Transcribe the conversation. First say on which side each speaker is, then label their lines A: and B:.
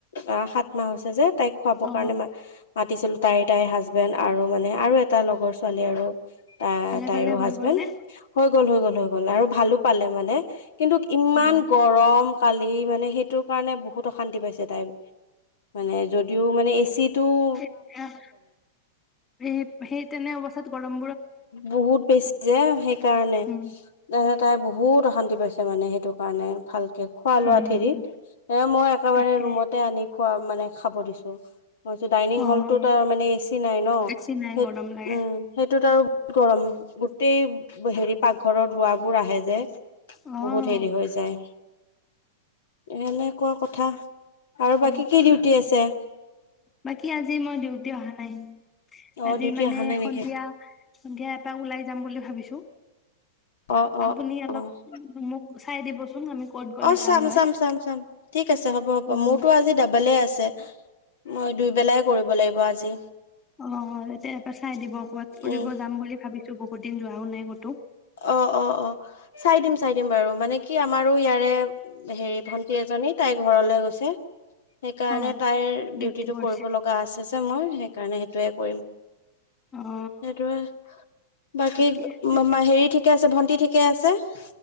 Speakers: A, on the left (about 75°); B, on the left (about 20°).
A: অ সাত মাহ হৈছে যে তাইক খুৱাবৰ
B: অ
A: কাৰণে ম মাতিছিলো তাইৰ তাইৰ হাজবেণ্ড আৰু মানে আৰু এটা লগৰ ছোৱালী আৰু ত
B: ভালে
A: তাইৰো
B: ভালে হৈ
A: হাজবেণ্ড
B: গ'ল নে
A: হৈ গল হৈ গল হৈ গল আৰু ভালো পালে মানে কিন্তু ইমান
B: অ
A: গৰম কালি মানে সেইটোৰ কাৰণে বহুত অশান্তি পাইছে তাইৰ মানে যদিও মানে এচি টো-
B: এহ। এই -সেই তেনে অৱস্থাত গৰম
A: বহুত বেছি যে সেইকাৰণে।
B: উম,
A: ত তাই বহুত অশান্তি পাইছে মানে সেইটো কাৰণে। ভাল খোৱা লোৱা
B: উম,
A: ঠেৰিত। এ মই একেবাৰে
B: তাকে
A: ৰুমতে আনি খোৱা মানে খাব দিছো। ডাইনিং
B: অ',
A: হলটোত আৰু মানে এচি নাই ন।
B: বেছি নাই
A: সেই
B: গৰম লাগে
A: উম। সেই ত আৰু বহুত গৰম। গোটেই হেৰি পাকঘৰৰ ধোৱাবোৰ আহে যে।
B: আহ
A: বহুত হেৰি হৈ যায় এনেকুৱা কথা আৰু
B: উম,
A: বাকী কি ডিউটি আছে?
B: বাকী আজি মই ডিউটি অহা নাই।
A: অ
B: আজি
A: ডিউটি
B: মানে
A: অহা নাই নেকি
B: সন্ধিয়া -সন্ধিয়া এপাক ওলাই যাম বুলি ভাবিছো।
A: অ', অ',
B: আপুনি অলপ
A: অ'।
B: মোক চাই দিবচোন আমি ক'ত গ'লে
A: অ', চাম
B: ভাল হয়
A: চাম চাম চাম ঠিক আছে, হ'ব হ'ব
B: উম,
A: মোৰটো আজি দবলে আছে। মই দুইবেলাই কৰিব লাগিব আজি।
B: অ তেতিয়া ইবাৰ চাই দিব। কবাত ফুৰিব
A: উম
B: যাম বুলি ভাবিছো বহুত। বহুতদিন যোৱাও নাই ক'তো।
A: অ। অ। অ। চাই দিম। চাই দিম বাৰু। মানে কি আমাৰো ইয়াৰে হেৰি ভন্টি এজনী তাইৰ ঘৰলৈ গৈছে। সেইকাৰণে
B: অ',
A: তাইৰ
B: ডিউটি
A: ডিউটিটো
B: কৰিছে
A: কৰিব লগা আছে যে মই। সেইকাৰণে সেইটোৱে কৰিম।
B: অ',
A: সেইটোৱে বাকী
B: ঠিকে
A: অ
B: আছে
A: হেৰি ঠিকে আছে। ভণ্টি ঠিকে আছে। <unintelligible>